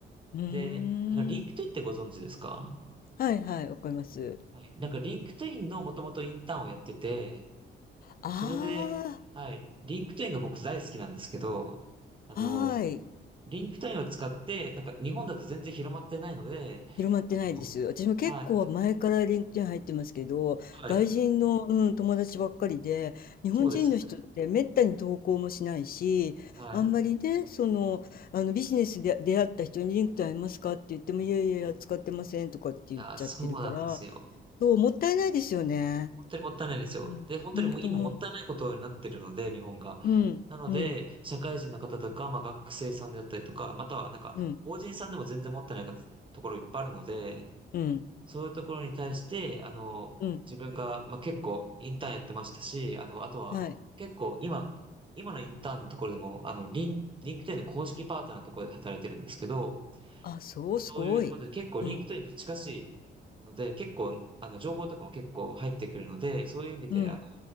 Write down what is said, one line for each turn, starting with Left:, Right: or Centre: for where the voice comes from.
Left: うーん。
Right: で、なんかリンクトインってご存知ですか
Left: はいはい、わかります。
Right: はい。なんかリンクトインのもともとインターンをやってて、
Left: あ
Right: それで、はい。リンクトインが僕大好きなんですけど、あの、
Left: あ、はい。
Right: リンクトインを使って、なんか日本だと全然広まってないので、
Left: 広まってないです。
Right: あの、
Left: 私も結構前からリンクトイン入ってますけど、
Right: はい、はい、
Left: 外人の、うん、友達ばっかりで、日本人の人ってめったに投稿もしないし、
Right: そうですよね。はい。
Left: あんまりね、その、あのビジネスで出会った人にリンクトインありますかって言っても、いやいやいや、使ってませんとかって言っちゃってるから、
Right: いやー、そうなんですよ。
Left: そう、もったいないですよね。
Right: 本当にもったいないんですよ。
Left: うん、
Right: で、本当にもう今もったいないことになってるので、
Left: ほんとほん、
Right: 日本が。
Left: うん、
Right: なので、
Left: うん、
Right: 社会人の方とか、まあ学生さんであったりとか、またはなんか法人さんでも全然持ってないかところいっぱいあるので、
Left: うん、うん、
Right: そういうところに対して、あの、
Left: うん、
Right: 自分が、まあ、結構インターンやってましたし、あの、あとは結構今、
Left: はい。
Right: 今のインターンのところでも、あの、リン、リンクトインの公式パートナーのところで働いてるんですけど、
Left: あ、そう、
Right: そういうところで結構リンクトインと近しいので、
Left: すごい。うん、
Right: 結構、あの、情報とかも結構入ってくるので、そういう意味で、
Left: うん、
Right: あの、